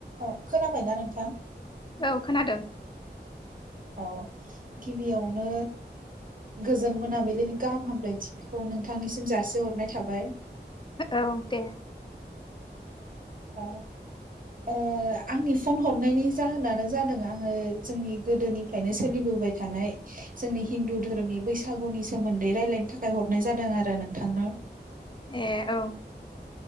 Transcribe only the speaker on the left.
औ खोनादों।
औ दे
ए औ